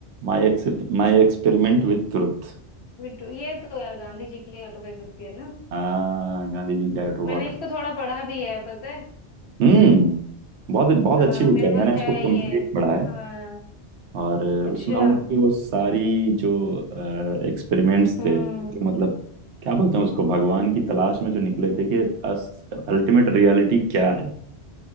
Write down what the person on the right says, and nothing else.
my except my experiment with truth
हाँ गांधी जी की टू
वाटर
हम्म बहुत बहुत
अच्छी बुक
है
मैंने इसको
कंप्लीट
पढ़ा है
और
उसमें उनकी वो सारी जो एक्सपेरिमेंट्स
थे जो मतलब क्या बोलते हैं उसको भगवान की तलाश में जो निकले थे कि अल्टीमेट रियलिटी क्या है